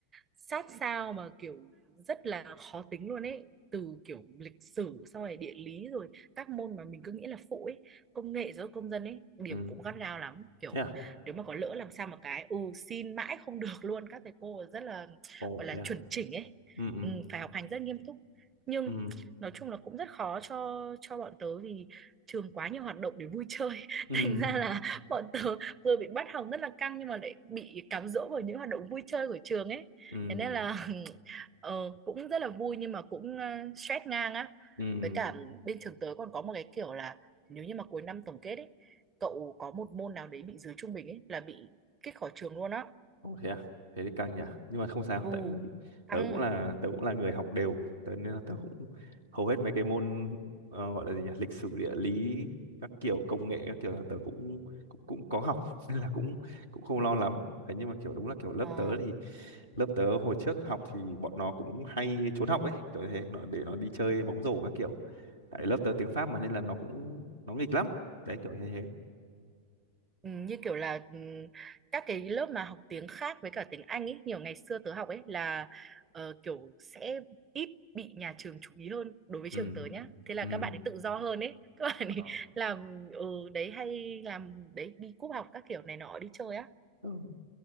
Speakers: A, on the right (about 20°); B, on the right (about 75°).
A: sát sao mà kiểu rất là khó tính luôn ấy. Từ kiểu lịch sử xong rồi địa lý rồi các môn mà mình cứ nghĩ là phụ ấy, công nghệ giáo dục công dân ấy, điểm
B: ừ
A: cũng gắt gao lắm. Kiểu
B: thế à
A: nếu mà có lỡ làm sao mà cái ừ xin mãi không <laughs> được luôn các thầy cô rất là
B: ồ
A: gọi là
B: thế à
A: chuẩn chỉnh ấy.
B: ừ ừ
A: Ừ, phải học hành rất nghiêm túc. Nhưng
B: ừ
A: nói chung là cũng rất khó cho cho bọn tớ vì trường quá nhiều hoạt động để vui chơi <laughs>
B: ừ
A: thành ra là bọn tớ vừa bị bắt học rất là căng nhưng mà lại bị cám dỗ bởi những hoạt động vui chơi của trường ấy
B: ừ
A: thế nên là <laughs> ờ, cũng rất là vui nhưng mà cũng ờ, stress ngang á
B: ừ
A: với cả bên trường tớ còn có một cái kiểu là nếu như mà cuối năm tổng kết ấy cậu có một môn nào đấy bị dưới trung bình ấy là bị kích khỏi trường luôn á
B: Ồ thế à? Thế thì căng nhỉ. Nhưng mà không sao,
A: Ồ,
B: tại vì
A: căng
B: tớ cũng là tớ cũng là người học đều, tớ nên là tớ cũng hầu hết mấy cái môn ờ, gọi là gì nhỉ? Lịch sử, địa lý, các kiểu công nghệ các kiểu là tớ cũng cũng, cũng có học <laughs> nên là cũng cũng không lo lắm. Đấy, nhưng mà kiểu đúng là kiểu lớp
A: Ờ.
B: tớ thì lớp tớ hồi trước học thì bọn nó cũng hay trốn học ấy, kiểu như thế, nó để nó đi chơi bóng rổ các kiểu. Tại lớp tớ tiếng Pháp mà nên là nó cũng nó nghịch lắm. Đấy kiểu như thế.
A: Ừ, như kiểu là ừ, các cái lớp mà học tiếng khác với cả tiếng Anh ấy, nhiều ngày xưa tớ học ấy là ờ, kiểu sẽ ít bị nhà trường chú ý hơn đối với
B: Ừ.
A: trường tớ nhá. Thế là
B: Ừ.
A: các bạn ấy tự do hơn ấy. <laughs> Các bạn
B: Ờ.
A: ấy <laughs> làm ừ, đấy hay làm đấy đi cúp học các kiểu này nọ đi chơi á.
B: Ừ.